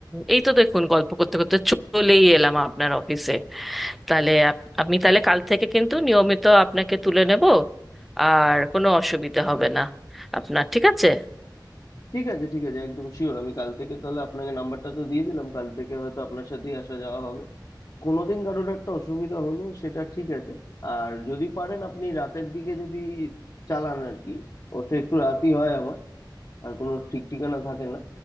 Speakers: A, in the centre; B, on the left.
A: এই তো দেখুন গল্প করতে করতে চলেই এলাম আপনার অফিসে তাহলে আপ- আমি তাহলে কাল থেকে কিন্তু নিয়মিত আপনাকে তুলে নেব আর কোনো অসুবিধা হবে না আপনার ঠিক আছে
B: ঠিক আছে ঠিক আছে একদম শিওর আমি কাল থেকে তাহলে আপনাকে নাম্বারটা তো দিয়ে দিলাম কাল থেকে হয়তো আপনার সাথেই আসা যাওয়া হবে কোনোদিন কারোর একটা অসুবিধা হলো সেটা ঠিক আছে আর যদি পারেন আপনি রাতের দিকে যদি চালান আর কি অবশ্য একটু রাতই হয় আমার আর কোনো ঠিক ঠিকানা থাকে না